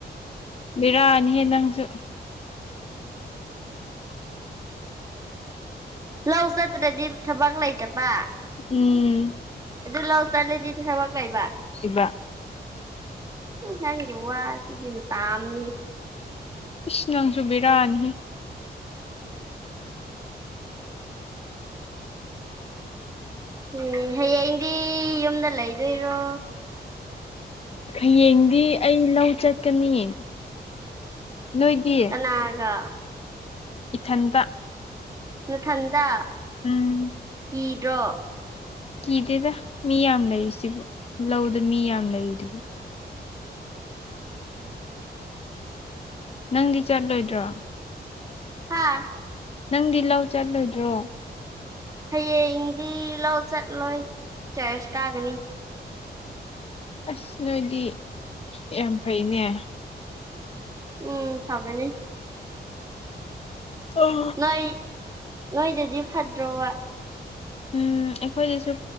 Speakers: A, on the left; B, on the right.
A: ꯕꯤꯔꯥꯅꯤꯍꯦ ꯅꯪꯁꯨ
B: ꯂꯧ ꯆꯠꯇ꯭ꯔꯗꯤ ꯊꯕꯛ ꯂꯩꯇꯕ
A: ꯎꯝ
B: ꯑꯗꯨ ꯂꯥꯎꯁ ꯇꯠꯂꯗꯤꯗꯤ ꯊꯃꯛꯛꯂ ꯂꯩꯕ
A: ꯏꯕ
B: ꯅꯪꯒꯤ ꯋꯥꯁꯤꯗꯤ ꯇꯥꯝꯅꯤ
A: ꯏꯁꯤꯅꯪꯁꯨꯕꯤꯔꯅꯤꯍ
B: ꯎꯝ ꯍꯌꯦꯡꯗꯤ ꯌꯨꯝꯗ ꯂꯩꯗꯣꯏꯔꯣ
A: ꯍꯌꯦꯡꯗꯤ ꯑꯩ ꯂꯧ ꯆꯠꯀꯅꯤ꯫ ꯅꯣꯏꯗꯤ꯫
B: ꯀꯅꯥꯒ꯫
A: ꯏꯊꯟꯇ꯫
B: ꯅ ꯊꯟꯇ꯫
A: ꯎꯝ
B: ꯀꯤꯗ꯭ꯔꯣ꯫
A: ꯀꯤꯗꯦꯗ ꯃꯤ ꯌꯥꯝ ꯂꯩꯔꯤ ꯁꯤꯕꯨ ꯂꯧꯗ ꯃꯤ ꯌꯥꯝ ꯂꯩꯔꯤꯨꯗꯨꯗꯤ꯫ ꯅꯪꯗꯤ ꯆꯠꯂꯣꯏꯗ꯭ꯔꯣ꯫
B: ꯍꯥꯥ
A: ꯅꯪꯗꯤ ꯂꯧ ꯆꯠꯂꯣꯏꯗ꯭ꯔꯣ꯫
B: ꯍꯌꯦꯡꯗꯤ ꯂꯥꯎ ꯆꯠꯂꯣꯏ ꯆꯔꯁ ꯀꯥꯒꯅꯤ꯫
A: ꯑꯁ ꯅꯣꯏꯗꯤ ꯌꯥꯝ ꯐꯩꯅꯦ꯫
B: ꯎꯝ ꯐꯕꯅꯦ꯫
A: ꯑꯥ
B: ꯅꯣꯏ ꯅꯣꯏꯗꯗꯤ ꯐꯠꯇ꯭ꯔꯣꯕ꯫
A: ꯎꯝ ꯑꯩꯈꯣꯏꯗꯁꯨ